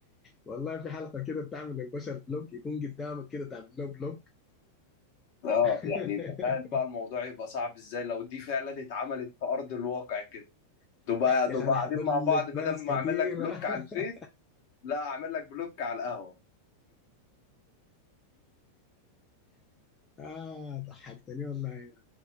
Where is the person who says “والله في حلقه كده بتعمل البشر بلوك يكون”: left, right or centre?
Left